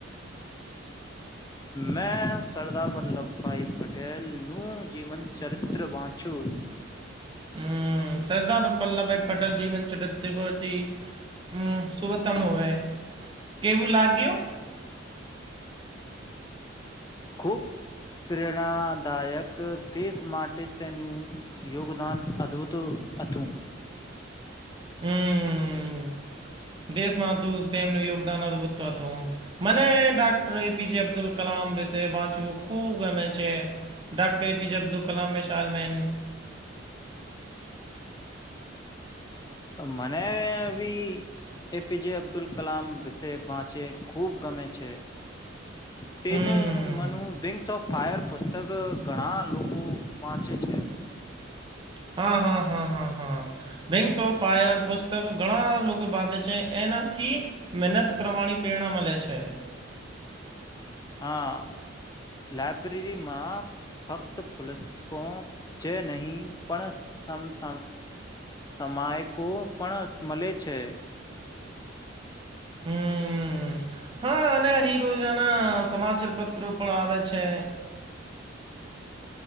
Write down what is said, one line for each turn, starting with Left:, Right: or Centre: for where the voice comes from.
Left: મેં સરદાર વલ્લભભાઈ પટેલ નું જીવન ચરિત્ર વાંચું.
Right: હમ સરદાર વલ્લભભાઈ પટેલ જીવન ચરિત ભતી હમ સુવતમ હોય કેવું લાગ્યું?
Left: ખૂબ પ્રેરણાદાયક દેશ માટે તેનું યોગદાન અદભૂત હતું.
Right: હમ દેશમાં હતું તેમનું યોગદાન અદભુત હતું. મને ડાક્ટર એપીજ અબ્દુલ કલામ વિશે વાચવું ખૂબ ગમે છે. ડાક્ટર એ પી જે અબદુલકલામ મે શાલમન
Left: મને ભી એ પીજ અબ્દુલ કલામ વિશે વાંચે ખૂબ ગમે છે. તેનું
Right: હમ્મ.
Left: મનુ બેંક શોપ ફાયર પુસ્તક ઘણા લોકો વાંચે છે.
Right: હા, હા, હા, હા, હા. બિન્ંગસ ઓફ ફાયર પુસ્તક ઘણા લોકો વાંચે છે એનાથી મહેનત કરવાની પ્રેરણા મળે છે.
Left: હા લાયબ્રેરીમાં ફક્ત પુલસ્તકો જે નહીં પણ સમસ સમાયકો પણ મળે છે.
Right: હમ. હા અને અહીં રોજના સમાચાર પત્ર પણ આવે છે.